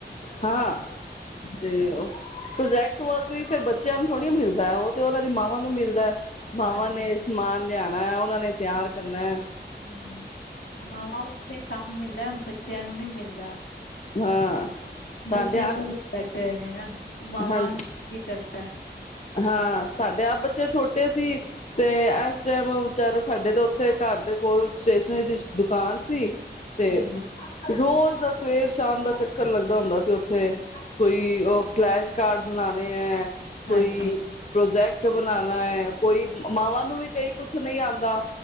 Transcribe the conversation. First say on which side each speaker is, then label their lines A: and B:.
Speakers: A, on the left; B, on the left.
A: ਹਾਂ,
B: ਹੂੰ,
A: ਤੇ ੳ ਪ੍ਰੋਜੈਕਟ ਵਰਕ ਵੀ ਫਿਰ ਬੱਚੇ ਬੱਚਿਆਂ ਨੂੰ ਥੋੜ੍ਹੀ ਮਿਲਦਾ, ਉਹ ਤੇ ਉਹਨਾਂ ਦੀ ਮਾਵਾਂ ਨੂੰ ਮਿਲਦੇ, ਮਾਵਾਂ
B: ਹਾਂਜੀ
A: ਨੇ ਸਮਾਨ ਲਿਆਣਾ ਉਹਨਾ ਨੇ ਤਿਆਰ ਕਰਨੇ
B: ਹਮ, ਮਾਵਾਂ ਉਤੇ ਕੰਮ ਮਿਲਦੇ, ਬੱਚਿਆਂ ਨੂੰ ਨੀ ਮਿਲਦਾ
A: ਹਾਂ ਸਾਡੇ
B: ਬੱਚੇ ਬੈਠੇ ਹੋਏ ਨੇ ਨਾ, ਮਾਵਾ
A: ਹਾਂਜੀ
B: <unintelligible> ਕਰਦੇ
A: ਹਾਂ, ਸਾਡੇ ਆਪ ਬੱਚੇ ਛੋਟੇ ਸੀ ਤੇ, ਏਸ ਟੇਮ ਵਿਚਾਰਾ ਸਾਡੇ ਤਾਂ ਉੱਥੇ ਘਰ ਦੇ ਕੋਲ ਸਟੇਸ਼ਨਰੀ ਦੀ ਦੁਕਾਨ ਸੀ
B: ਹਾਂਜੀ।
A: ਤੇ, ਰੋਜ਼ ਦੱਸ ਸਵੇਰ ਸ਼ਾਮ ਦਾ ਚੱਕਰ ਲੱਗਦਾ ਹੁੰਦਾ ਸੀ ਉੱਥੇ ਕੋਈ ਉਹ ਫਲੈਸ਼ ਕਾਰਡ ਬਨਾਨੇ ਏ ਕੋਈ
B: ਹਾਂਜੀ
A: ਪ੍ਰੋਜੈਕਟ ਬਨਾਨਾ ਹੈ, ਕੋਈ ਮਾਵਾਂ ਨੂੰ ਵੀ ਕਈ ਕੁਛ ਨਹੀਂ ਆਂਦਾ